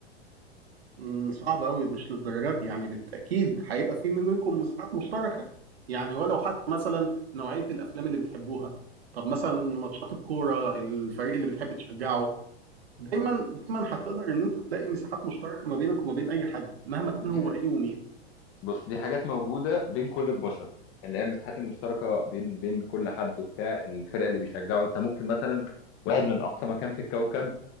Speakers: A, on the right (about 70°); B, on the left (about 40°).
A: مم، صعب قوي مش للدرجه دي يعني بالتاكيد هيبقى في منكم مساحات مشتركه يعني ولو حتى مثلا نوعيه الافلام اللي بتحبوها طب مثلا ماتشات الكوره الفريق اللي بتحب تشجعه دايما دايما هتقدر ان انت تلاقي مساحات مشتركه ما بينك وما بين اي حد مهما كان هو
B: دي
A: ايه ومين
B: بص دي حاجات موجوده بين كل البشر اللي هي المساحات المشتركه بين بين كل حد وبتاع الفرق اللي بيشجعه انت ممكن مثلا واحد من اقصى مكان في الكوكب